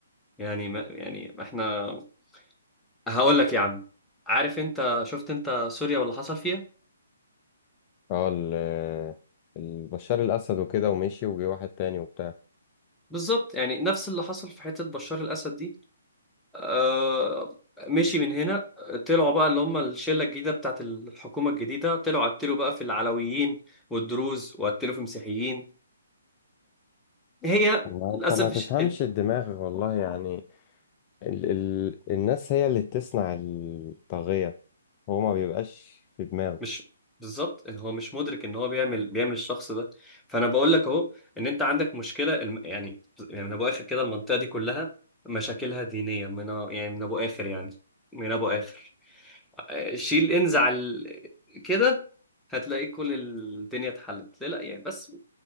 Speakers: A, in the centre; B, on the left.
A: يعني ما يعني ما احنا هقول لك يا عم عارف انت شفت انت سوريا واللي حصل فيها
B: اه ال ال- بشار الاسد وكده ومشي وجي واحد تاني وبتاع
A: بالظبط يعني نفس اللي حصل في حتة بشار الأسد دي آه مشي من هنا طلعوا بقى اللي هم الشلة الجديدة بتاعت الحكومة الجديدة طلعوا قتلوا بقى في العلويين والدروز وقتلوا في مسيحيين هي
B: والله
A: للأسف
B: انت ما تفهمش الدماغ والله يعني ال ال الناس هي اللي بتصنع الطاغية هو ما بيبقاش في دماغه
A: مش بالظبط إن هو مش مدرك ان هو بيعمل بيعمل الشخص ده فانا بقول لك اهو ان انت عندك مشكله الم... يعني يعني من ابو اخر كده المنطقه دي كلها مشاكلها دينيه من أ- يعني من ابو اخر يعني من ابو اخر آه، شيل انزع ال... كده هتلاقي كل الدنيا اتحلت ليه لا يعني بس